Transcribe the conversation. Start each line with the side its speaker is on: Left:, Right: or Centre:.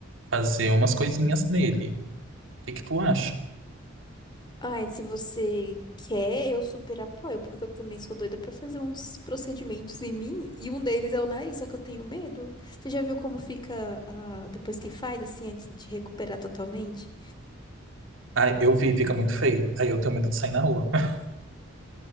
Right: fazer umas coisinhas nele. O que que tu acha?
Left: Ai, se você quer, eu super apoio, porque eu também sou doida pra fazer uns procedimentos em mim, e um deles é o nariz, só que eu tenho medo. Você já viu como fica, ah, depois que faz, assim, antes de recuperar totalmente?
Right: Ah, eu vi, fica muito feio. Aí eu tenho medo de sair na rua. <laughs>